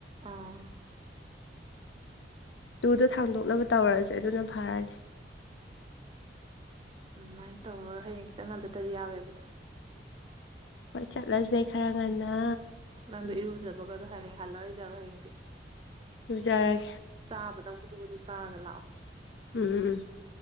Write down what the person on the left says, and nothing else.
ꯇꯨꯗꯣ ꯊꯥꯡꯗꯣꯛꯅꯕ ꯇꯧꯔꯁꯦ ꯑꯗꯨꯅ ꯐꯔꯅꯤ
ꯍꯣꯏ ꯆꯠꯂꯁꯦ ꯈꯔ ꯉꯟꯅ
ꯂꯖꯔꯒꯦ
ꯎꯝ